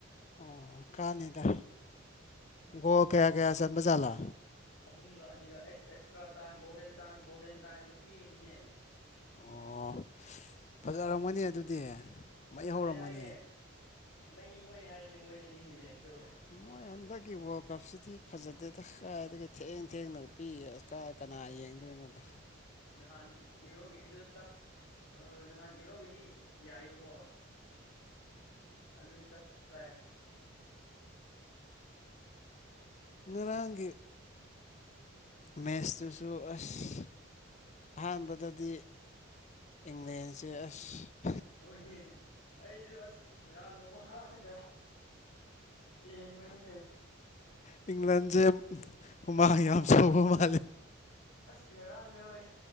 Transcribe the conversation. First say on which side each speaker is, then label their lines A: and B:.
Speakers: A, on the left; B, on the left.
A: ꯑꯣ ꯀꯥꯅꯤꯗ
B: ꯑꯣ
A: ꯒꯣꯜ ꯀꯌꯥ ꯀꯌꯥ ꯆꯟꯕꯖꯥꯠꯂꯥ
B: ꯑꯍꯨꯝꯒ ꯑꯅꯤꯒ ꯑꯩꯁ extra time golden chance golden ꯇꯥꯏꯝꯒ ꯄꯤꯔꯤꯅꯤꯅꯦ
A: ꯑꯣ ꯐꯖꯔꯝꯒꯅꯤ ꯑꯗꯨꯗꯤ ꯃꯩ
B: ꯌꯥꯝ ꯐꯖꯩ
A: ꯍꯧꯔꯝꯒꯅꯤ
B: ꯍꯥꯏꯅꯦ ꯃꯩ ꯊꯣꯛꯑꯦ ꯍꯥꯏꯅꯦ ꯃꯣꯏ ꯑꯅꯤ ꯔꯦꯁꯇꯣ
A: ꯃꯣꯏ ꯍꯟꯗꯛꯀꯤ ꯋꯥꯔꯜ ꯀꯞꯁꯤꯗꯤ ꯐꯖꯗꯦꯗ ꯀꯗꯥꯏꯗꯒꯤ ꯊꯦꯡ ꯊꯦꯡꯅ ꯄꯤ ꯑꯁ ꯀꯥꯏ ꯀꯅꯥ ꯌꯦꯡꯗꯣꯏ ꯗ
B: ꯅꯍꯥꯟ ꯌꯨꯔꯣꯒꯤꯗꯤꯗꯨ ꯆꯞ ꯅꯍꯥꯟ ꯌꯨꯔꯣꯒꯤꯗꯤ ꯌꯥꯏꯕꯀꯣ ꯑꯗꯨꯒꯤ ꯆꯞ ꯆꯥꯏ
A: ꯉꯔꯥꯡꯒꯤ ꯃꯦꯠꯁꯇꯨꯁꯨ ꯑꯁ ꯑꯍꯥꯟꯕꯗꯗꯤ ꯏꯪꯂꯦꯟꯁꯦ ꯑꯁ
B: ꯍꯣꯏꯍꯦ ꯑꯩꯁꯨ ꯑꯁ ꯌꯥꯝꯅ ꯋꯥꯅꯒ ꯌꯦꯡꯕꯅꯤꯅꯦ
A: ꯏꯪꯂꯖꯦ ꯍꯨꯃꯥꯡ ꯌꯥꯝ ꯁꯧꯕ ꯃꯜ
B: ꯑꯁ ꯉꯔꯥꯡꯗꯤ ꯍꯣꯏ